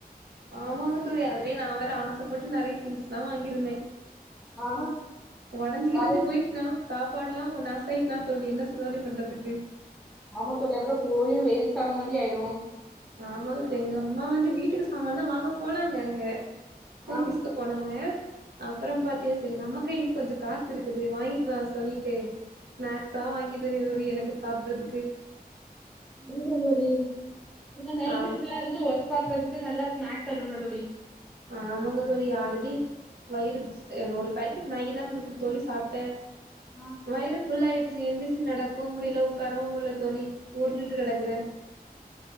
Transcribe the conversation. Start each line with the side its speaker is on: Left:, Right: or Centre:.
Right: ஆமாங்க தோழி அதுலே நா வேற ஆசப்பட்டு நறைய திங்ஸ்லா வாங்கியிருந்தே
Centre: ஆ
Right: ஒடஞ்சு கிடஞ்சு
Centre: பாரு
Right: போய் னா சாப்பாட்லா ஒன் நாசாயிட்னா தோழி என்ன தோழி பண்றதுக்கு
Centre: ஆமா தோழி அப்புறம் போயு வேஸ்ட்டான மாரி ஆயிரும்
Right: ஆமாங்க தோழி எங்க அம்மா வந்து வீட்டுக்கு சாமா தா வாங்க போனாங்க அங்க போத்தீஸ்
Centre: ஆ
Right: போனாங்க அப்றோ பாத்தே செரி நம்ம கைலியு கொஞ்ச காசு இருக்குது வாங்கிக்கலா சொல்லிட்டு ஸ்நாக்ஸா வாங்கிட்டு இருந்தே தோழி எனக்கு சாப்புட்றதுக்கு
Centre: இல்ல தோழி இல்ல நைட்டு
Right: ஆ
Centre: ஃபுல்லா இருந்து ஒர்க் பாக்குறதுக்கு நல்லா ஸ்நாக்ஸ் வேணும்ல தோழி
Right: ஆமாங்க தோழி ஆல்ரடி வயிறு சே ஒரு பேக்கெட் மேகி தா தோழி சாப்ட்ட
Centre: ஆ
Right: வயிறு ஃபுல்லாயிடுச்சு எந்திருச்சு நடக்கவு முடில உக்காரவு முடில தோழி ஊருண்டுட்டு கெடக்குற